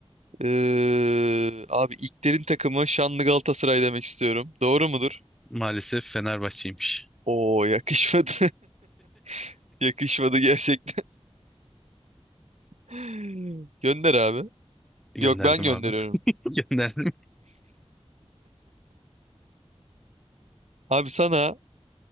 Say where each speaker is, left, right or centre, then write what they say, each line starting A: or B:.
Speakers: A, on the right (about 80°); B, in the centre.
A: Ee, abi İlkler'in takımı Şanlı Galatasaray demek istiyorum. Doğru mudur?
B: Maalesef Fenerbahçe'ymiş.
A: Oo yakışmadı. <laughs> Yakışmadı gerçekten. <laughs> Gönder abi.
B: Gönderdim
A: Yok ben gönderiyorum.
B: abi. <laughs> Gönderdim.
A: Abi sana